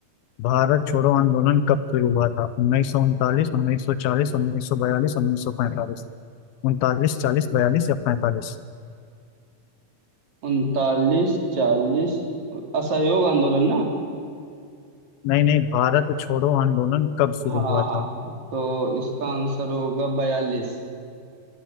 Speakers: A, on the left (about 75°); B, on the right (about 50°).
A: भारत छोड़ो आंदोलन कब शुरू हुआ था उन्नीस सौ उनतालीस उन्नीस सौ चालीस उन्नीस सौ बयालीस उन्नीस सौ पैंतालीस उनतालीस चालीस बयालीस या पैंतालीस
B: उनतालीस चालीस असहयोग आंदोलन ना
A: नहीं नहीं भारत छोड़ो आंदोलन कब शुरू
B: हाँ
A: हुआ था
B: हाँ हाँ तो इसका आंसर होगा बयालीस